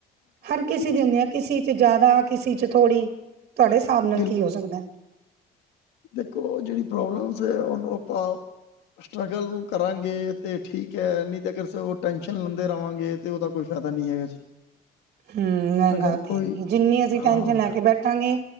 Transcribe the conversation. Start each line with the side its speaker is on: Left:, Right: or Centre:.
Right: ਹਰ ਕਿਸੇ ਦੀ ਹੁੰਦੀਆ, ਕਿਸੇ 'ਚ ਜ਼ਿਆਦਾ, ਕਿਸੇ 'ਚ ਥੋੜੀ - ਤੁਹਾਡੇ ਹਿਸਾਬ ਨਾਲ
Left: ਬਿਲਕੁਲ
Right: ਕੀ ਹੋ ਸਕਦਾ?
Left: ਦੇਖੋ, ਜਿਹੜੀ ਪ੍ਰੋਬਲਮਸ ਹੈ, ਉਹਨੂੰ ਆਪਾਂ ਸਟਰਗਲ ਕਰਾਂਗੇ ਤੇ ਠੀਕ ਹੈ, ਨਹੀਂ ਤਾਂ ਅਗਰ ਅਸੀ ਹੋਰ ਟੈਨਸ਼ਨ ਲੈਂਦੇ ਰਵਾਂਗੇ ਤੇ ਉਹਦਾ ਕੋਈ ਫਾਇਦਾ ਨਹੀਂ ਹੈਗਾ ਜੀ।
Right: ਹਮ, ਐ
Left: ਅਗਰ
Right: ਗੱਲ
Left: ਕੋਈ
Right: ਤੇ ਹੈਗੀ, ਜਿੰਨੀ ਅਸੀਂ
Left: ਹਾਂ
Right: ਟੈਨਸ਼ਨ ਲੈ ਕੇ ਬੈਠ ਣਗੇ